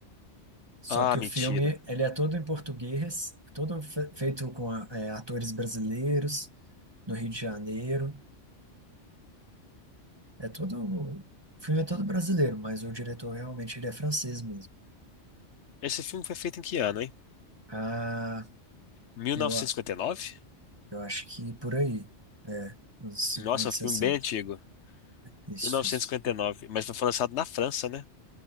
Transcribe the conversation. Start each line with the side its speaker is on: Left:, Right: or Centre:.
Right: Só
Left: Ah,
Right: que
Left: mentira.
Right: o filme, ele é todo em português, todo fe- feito com a- é, atores brasileiros, no Rio de Janeiro. É todo, o filme é todo brasileiro, mas o diretor realmente ele é francês mesmo.
Left: Esse filme foi feito em que ano, hein?
Right: Ah,
Left: 1959?
Right: eu, a- eu acho que por aí, é, uns 50,
Left: Nossa, é
Right: 60.
Left: um filme bem antigo.
Right: Isso,
Left: 1959.
Right: isso.
Left: Mas foi lançado na França, né?